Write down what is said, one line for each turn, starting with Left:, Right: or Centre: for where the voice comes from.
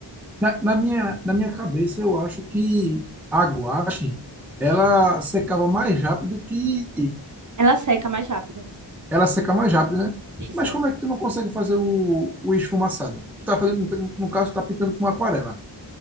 Centre: Na, na minha, na minha cabeça, eu acho que a guache, ela secava mais rápido que...
Right: Ela seca mais rápido.
Centre: Ela seca mais rápido, né?
Right: Isso.
Centre: Mas como é que tu não consegue fazer o, o esfumaçado? Tu tá fazendo, no caso, tu tá pintando com aquarela,